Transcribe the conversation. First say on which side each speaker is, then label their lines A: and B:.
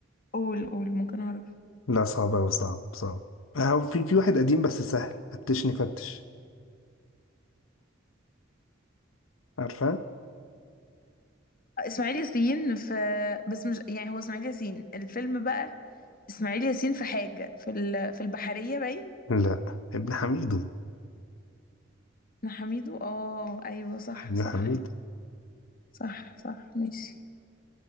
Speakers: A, on the left; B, on the left.
A: قول قول ممكن اعرف
B: لا صعب أوي صعب صعب أهو في في واحد قديم بس سهل فتشني فتش عارفة؟
A: آه، اسماعيل ياسين في آه، بس مش يعني هو اسماعيل ياسين الفيلم بقى اسماعيل ياسين في حاجه في ال... في البحريه باين
B: لا ابن حميدو
A: إحنا حميدو اه ايوه صح
B: ابن
A: صح
B: حميدو
A: صح صح ماشي